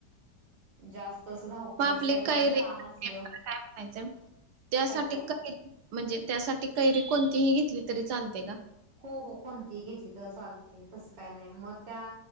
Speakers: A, on the right; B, on the right.
A: जास्त असं धावपळीच
B: मग आपली
A: काय तर
B: कैरी
A: आपलं काम
B: काय
A: असलं
B: म्हणायचं त्यासाठी
A: काय ते
B: कैरी म्हणजे त्यासाठी कैरी कोणतीही घेतली तरी चालते का?
A: हो हो कोणती घेतली तर चालते तस काय नाही मग त्या